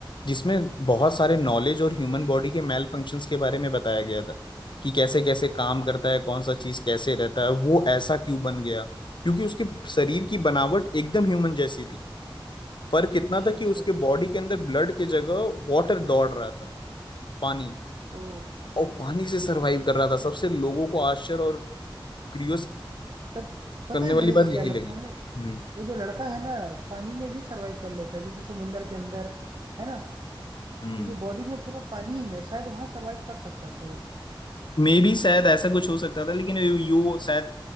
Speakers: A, on the left; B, on the right.
A: जिसमें बहुत सारे नॉलेज और ह्यूमन बॉडी के मेल फंक्शंस के बारे में बताया गया था कि कैसे कैसे काम करता है कौन सा चीज कैसे रहता है वो ऐसा क्यों बन गया क्योंकि उसके शरीर की बनावट एकदम ह्यूमन जैसी थी फर्क इतना
B: अच्छा
A: था
B: अच्छा
A: कि उसके बॉडी के अंदर ब्लड के जगह वाटर दौड़ रहा था पानी
B: ओ
A: और पानी से सरवाइव कर रहा था सबसे लोगों को आश्चर्य और क्यूरियस
B: तब पता
A: करने
B: है
A: वाली
B: मेरे को
A: बात यही
B: क्या लगता
A: लगी
B: है
A: हम्म
B: वो जो लड़का है ना पानी में भी सरवाइव कर लेता है जैसे समुंदर के अंदर है ना
A: हम्म
B: क्योंकि बॉडी में पूरा पानी ही है शायद वहां सरवाइव कर सकता था वो
A: मे बी शायद ऐसा कुछ हो सकता था लेकिन यू यू शायद